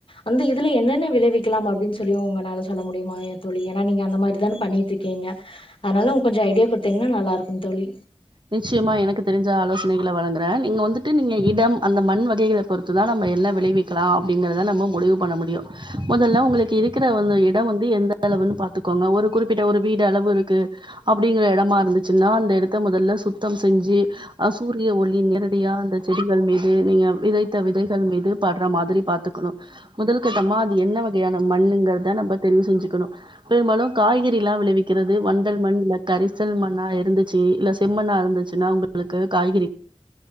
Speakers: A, on the left; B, on the right.
A: அந்த இதுல என்னென்ன விளைவிக்கலாம் அப்டினு சொல்லி உங்கனால சொல்ல முடியுமா தோழி ஏனா நீங்க அந்த மாரி தான பண்ணிட்டுருக்கீங்க அதனால கொஞ்ச ஐடியா குடுத்தீங்கன்னா நல்லாருக்கும் தோழி
B: நிச்சயமா எனக்கு தெரிஞ்ச ஆலோசனைகள வழங்குற நீங்க வந்துட்டு நீங்க இடம் அந்த மண் வகைகள பொறுத்துதா நாம என்ன விளைவிக்கலா அப்டிங்கறத நம்ம முடிவு பண்ண முடியு மொதல்ல உங்களுக்கு இருக்கிற அந்த இட வந்து எந்த அளவுனு பாத்துக்கோங்க ஒரு குறிப்பிட்ட ஒரு வீடு அளவு இருக்கு அப்டிங்கிற எடமா இருந்துச்சுனா அந்த இடத்த முதல்ல சுத்தம் செஞ்சு அ சூரிய ஒளி நேரடியா அந்த செடிகள் மீது நீங்க விதைத்த விதைகள் மீது பட்ற மாதிரி பாத்துக்கணு முதல் கட்டமா அது என்ன வகையான மண்ணுங்கறத நம்ப தெரிஞ்சிஞ்ச்சுக்கணு பெரும்பாலு காய்கறிலா விளைவிக்கிறது வண்டல் மண் இல்ல கரிசல் மண்ணா இருந்துச்சு இல்ல செம்மண்ணா இருந்துச்சுனா உங்களுக்கு காய்கறி <inaudible>